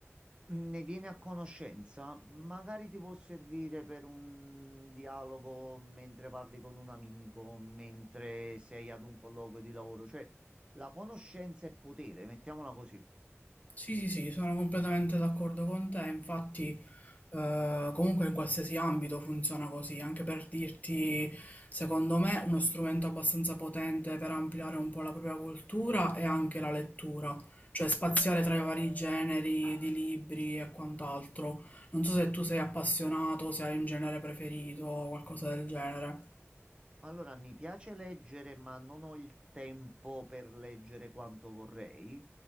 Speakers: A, on the right; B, on the left.
A: ne vieni a conoscenza, magari ti può servire per un dialogo mentre parli con un amico, mentre sei ad un colloquio di lavoro, cioè la conoscenza è potere, mettiamola così.
B: Sì, sì, sì, sono completamente d'accordo con te, infatti eh, comunque in qualsiasi ambito funziona così, anche per dirti, secondo me, uno strumento abbastanza potente per ampliare un po' la propria cultura è anche la lettura, cioè spaziare tra i vari generi di libri e quant'altro. Non so se tu sei appassionato, se hai un genere preferito o qualcosa del genere.
A: Allora, mi piace leggere, ma non ho il tempo per leggere quanto vorrei.